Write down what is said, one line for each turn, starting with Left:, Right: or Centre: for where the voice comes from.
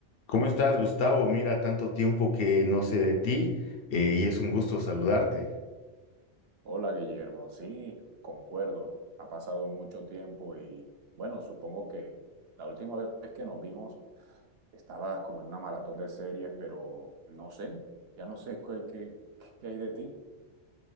Left: ¿Cómo estás, Gustavo? Mira, tanto tiempo que no sé de ti eh, y es un gusto saludarte.
Right: Hola Guillermo, sí, concuerdo. Ha pasado mucho tiempo y bueno, supongo que la última vez que nos vimos estabas como en una maratón de series, pero no sé, ya no sé qué, qué, qué hay de ti.